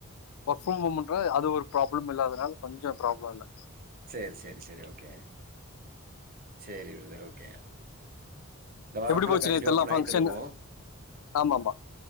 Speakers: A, on the left; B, on the right.
A: ஒர்க் ஃப்ரம் ஹோம்ன்ர அது ஒரு ப்ராளம் அதுனால கொஞ்சோ ப்ராபுளம் இல்ல
B: செரி செரி செரி ஓகே செரி ப்ரதர் ஓகே இந்த வார
A: எப்டி
B: ஃபுல்லா
A: போச்சு
B: கண்டினியூ
A: நேத்தெல்லா
B: ஆ பண்ணா
A: ஃபங்க்ஷன்
B: நைட்டு இருக்கு
A: ஆமாமா